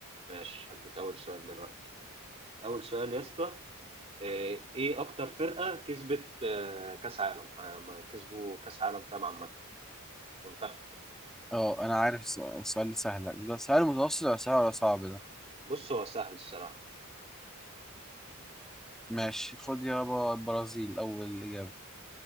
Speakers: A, on the right (about 30°); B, in the centre.
A: ماشي هديك أول سؤال دلوقتي أول سؤال يا اسطى آه، إيه أكتر فرقة كسبت آه، كأس عالم؟ آه، ما كسبوا كأس عالم فاهم عامة منتخب
B: اه انا عارف الس- السؤال ده سهل ده سؤال متوسط ولا سهل ولا صعب ده
A: بص هو سهل الصراحة
B: ماشي خد يابا البرازيل اول اجابه